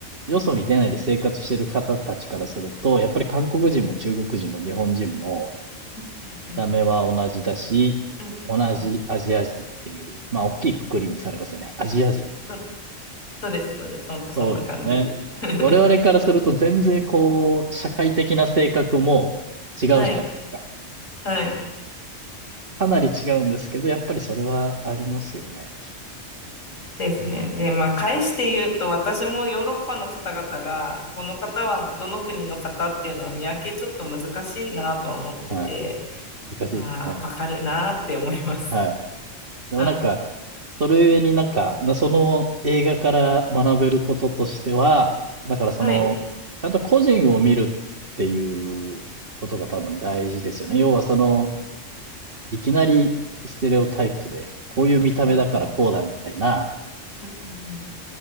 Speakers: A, on the right (about 45°); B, on the left (about 90°).
A: う、よそに出ないで生活してる方たちからすると、やっぱり韓国人も中国人も日本人も、
B: うんう
A: 見た目は同じだし、
B: ん。うんうんうん。
A: 同じアジア人っていう、まあ、大きい括りにされますよね。アジア人っていう。
B: うんそうです、そうです。ほんとそんな感じ。
A: そうですね。
B: <laughs>
A: 我々からすると全然こう、社会的な性格も違うじゃないですか。
B: はい。はい。
A: かなり違うんですけど、やっぱりそれはありますよね。
B: そうですね。
A: うん。
B: で、まあ、返して言うと、私もヨーロッパの方々が、この方はどの国の方っていうのは見分けちょっと難しいなとは思ってて、
A: はい。難しいですね。
B: ああ、わかるなーって思います。
A: はい。でもなんか、
B: はい。
A: それゆえになんか、なその映画から学べることとしては、だからその、
B: はい。
A: ちゃんと個人を見るっていうことが多分大事ですよね。
B: うん、
A: 要はその、いきなりステレオタイプで、こういう見た目だからこうだみたいな、
B: うん、うん、うん、